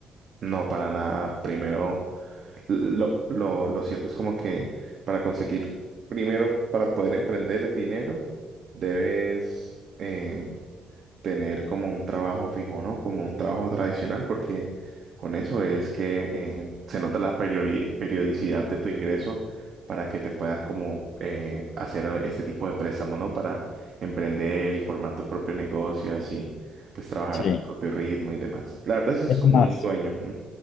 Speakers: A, on the right; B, on the left.
A: No, para nada. Primero. Lo, lo, lo cierto es como que para conseguir, primero, para poder emprender el dinero, debes eh, tener como un trabajo fijo, ¿no? Como un trabajo tradicional, porque con eso es que eh, se nota la periori- periodicidad de tu ingreso para que te puedan como eh, hacer este tipo de préstamo, ¿no? Para emprender y formar tu propio negocio, así, pues trabajar
B: Sí.
A: a tu propio ritmo y demás. La verdad, ese es
B: Es
A: como
B: más,
A: un sueño.